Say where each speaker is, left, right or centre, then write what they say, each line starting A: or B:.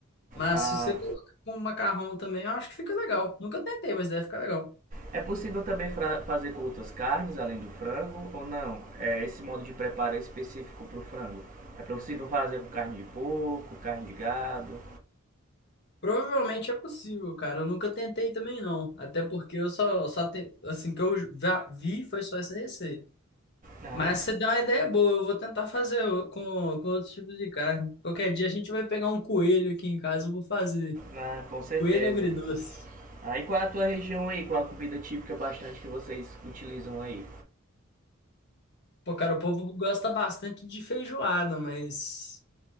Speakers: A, on the left; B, on the right.
A: Mas
B: Ah,
A: se você colocar com macarrão também, eu acho que fica legal. Nunca tentei, mas deve ficar legal.
B: É possível também fazer com outras carnes além do frango ou não? É, esse modo de preparo é específico para o frango. É possível fazer com carne de porco, carne de gado?
A: Provavelmente é possível, cara. Eu nunca tentei também, não. Até porque eu só, só te... assim que eu já vi foi só essa receita.
B: Ah,
A: Mas você deu uma ideia boa, eu vou tentar fazer o- com, com outros tipos de carne. Qualquer dia a gente vai pegar um coelho aqui em casa, eu vou fazer.
B: ah, com certeza.
A: Coelho agridoce.
B: Aí ah, qual é a tua região aí? Qual é a comida típica bastante que vocês utilizam aí?
A: Pô, cara, o povo gosta bastante de feijoada, mas